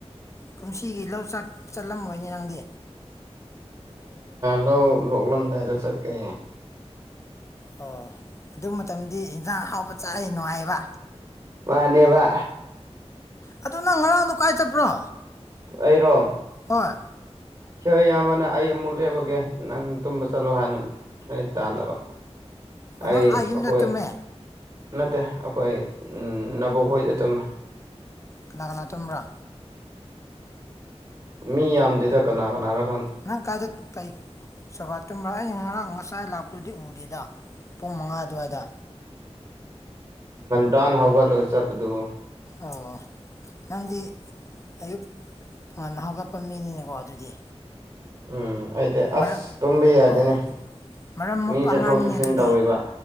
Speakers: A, on the left (about 25°); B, on the right (about 35°).
A: ꯀꯨꯝꯁꯤꯒꯤ ꯂꯧꯆꯥꯛ ꯆꯠꯂꯝꯃꯣꯏꯅꯦ ꯅꯪꯗꯤ
B: ꯂꯧ ꯂꯣꯛꯂꯝꯗꯥꯏꯗ ꯆꯠꯀꯦ
A: ꯑꯣ ꯑꯗꯨ ꯃꯇꯝꯗꯤ ꯏꯟꯖꯥꯡ ꯑꯥꯎꯕ ꯆꯥꯏꯑ ꯅꯨꯡꯉꯥꯏꯕ
B: ꯋꯥꯅꯦꯕ
A: ꯑꯗꯨ ꯅꯪ ꯉꯔꯥꯡꯗꯣ ꯀꯥꯏ ꯆꯠꯄ꯭ꯔꯣ
B: ꯑꯩꯔꯣ
A: ꯍꯣꯏ
B: ꯍꯣꯏ ꯏꯌꯥꯝꯕꯅ ꯑꯩ ꯑꯃꯨꯛ ꯂꯦꯞꯄꯒꯦ ꯅꯪ ꯇꯨꯝꯕ ꯆꯠꯂꯣ ꯍꯥꯏꯅ ꯂ ꯇꯥꯜꯂꯕ
A: ꯍꯅ
B: ꯑꯩ
A: ꯑꯌꯨꯨꯝ
B: ꯑꯩꯈꯣꯏ
A: ꯅꯨꯃꯦ
B: ꯅꯠꯇꯦ ꯑꯩꯈꯣꯏ ꯅꯕꯣꯛꯈꯣꯏꯗ ꯆꯨꯝꯃꯦ
A: ꯀꯅꯥ ꯀꯅꯥꯇꯨꯝꯝꯕ꯭ꯔꯥ
B: ꯃꯤ ꯌꯥꯝꯗꯦꯗ ꯀꯅꯥ ꯀꯅꯥꯅ
A: ꯅꯪ ꯀꯥꯏꯗ ꯇꯥꯏꯛ ꯁꯣꯕꯥꯥꯇꯝ ꯉꯥꯏ ꯂꯥꯛꯇ꯭ꯔꯗꯤ ꯎꯗꯔꯤꯗ ꯄꯨꯡ ꯃꯉꯥ ꯑꯗꯨꯋꯥꯏꯗ
B: ꯗꯥꯥꯟ ꯍꯧꯒ ꯂ ꯆ ꯑꯗꯨ
A: ꯑꯣ ꯅꯪꯗꯤ ꯑꯌꯨꯛ ꯇꯣꯉꯟꯅ ꯍꯧꯒꯠꯄ ꯃꯤꯅꯤꯅꯦꯀꯣ ꯑꯗꯨꯗꯤ
B: ꯎꯝ ꯑꯩꯗꯤ
A: ꯃꯔꯛ
B: ꯑꯁ ꯇꯨꯝꯕ ꯌꯗꯦꯅꯦ
A: ꯑꯣ ꯃꯔꯝ ꯃꯣꯛꯄ
B: ꯃꯤ ꯆꯠꯊꯣꯛ
A: ꯑꯉꯥꯡꯅꯤꯅꯦ
B: ꯆꯠꯁꯤꯟ
A: ꯑꯗꯨꯗꯤ
B: ꯇꯧꯔꯤꯕ